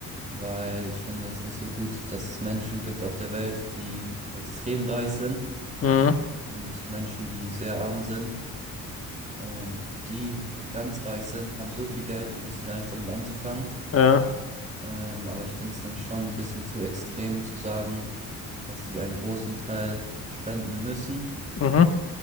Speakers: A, on the right (about 20°); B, on the left (about 40°).
A: weil ich finde es nicht so gut, dass es Menschen gibt auf der Welt, die extrem reich sind
B: Mhm.
A: und Menschen, die sehr arm sind. Und die, die ganz reich sind, haben so viel Geld, die wissen gar nichts damit anzufangen.
B: Ja.
A: Ähm, aber ich finde es dann schon ein bisschen zu extrem zu sagen, dass die einen großen Teil spenden müssen.
B: Mhm.